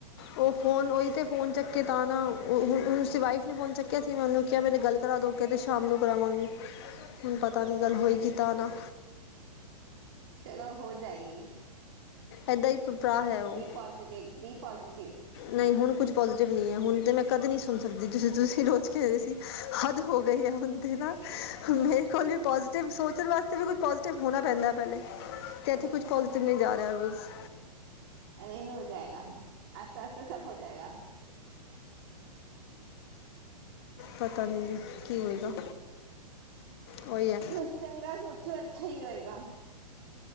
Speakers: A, on the left; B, on the right.
A: ਉਹ ਫੋਨ ਓਹੀ ਤੇ ਫੋਨ ਚੱਕੇ ਤਾਂ ਨਾ ਉਸਦੀ ਵਾਈਫ ਨੇ ਫੋਨ ਚੱਕਿਆ ਸੀ ਮੈਂ ਉਹਨੂੰ ਕਿਆ ਮੇਰੀ ਗੱਲ ਕਰਾ ਦੋ ਕਹਿੰਦੇ ਸ਼ਾਮ ਨੂੰ ਕਰਾਵਾਂਗੀ ਹੁਣ ਪਤਾ ਨੀ ਗੱਲ
B: ਅੱਛਾ
A: ਹੋਈਗੀ ਤਾਂ ਨਾ।
B: ਚਲੋ ਹੋ ਜਾਏਗੀ
A: ਏਦਾਂ ਈ ਤਰਾ ਹੈ ਉਹ।
B: ਬੀ ਪੋਜ਼ਟਿਵ ਬੀ ਪੋਜ਼ਟਿਵ
A: ਨਈ ਹੁਣ ਕੁੱਝ ਪੋਜ਼ਟਿਵ ਨਈ ਹੈ, ਹੁਣ ਤੇ ਮੈਂ ਕਦੇ ਨੀ ਸੁਣ ਸਕਦੀ ਤੁਸੀਂ ਰੋਜ਼ ਕਹਿ ਰਹੇ ਸੀ ਹਦ ਹੋ ਗਈ ਹੈ ਹੁਣ ਤੇ ਨਾ, ਹੁਣ ਮੇਰੇ ਕੋਲ ਵੀ ਪੋਜੀਟਿਵ ਸੋਚਣ ਵਾਸਤੇ ਵੀ ਕੁਛ ਪੋਜਿਟਿਵ ਹੋਣਾ ਪੈਂਦਾ ਪਹਿਲੇ ਤੇ ਇੱਥੇ ਕੁਛ ਪੋਜਿਟਿਵ ਨੀ ਜਾ ਰਿਆ ਰੋਜ਼।
B: ਅਰੇ ਹੋ ਜਾਏਗਾ ਆਸਤਾ-ਆਸਤਾ ਸਬ ਹੋ ਜਾਏਗਾ।
A: ਪਤਾ ਨੀ ਕੀ ਹੋਏਗਾ। ਉਈ ਐ।
B: ਬਸ ਚੰਗਾ ਸੋਚੋ ਅੱਛਾ ਹੀ ਹੋਏਗਾ